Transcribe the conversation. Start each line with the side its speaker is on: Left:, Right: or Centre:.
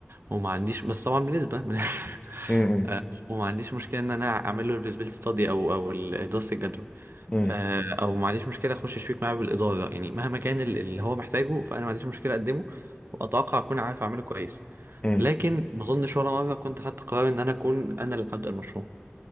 Right: وما عنديش بس طبعا بنسبة <laughs>
Left: مم،
Right: وما عنديش مشكله ان انا اعمل له الفيزبيليتي ستادي او او ال- دراسه الجدوى
Left: مم،
Right: آه، او ما عنديش مشكله اخش شريك معاه بالاداره يعني مهما كان ال- اللي هو محتاجه فانا ما عنديش مشكله اقدمه واتوقع اكون عارف اعمله كويس
Left: مم.
Right: لكن ما اظنش ولا مره كنت خدت قرار ان انا اكون انا اللي هبدا المشروع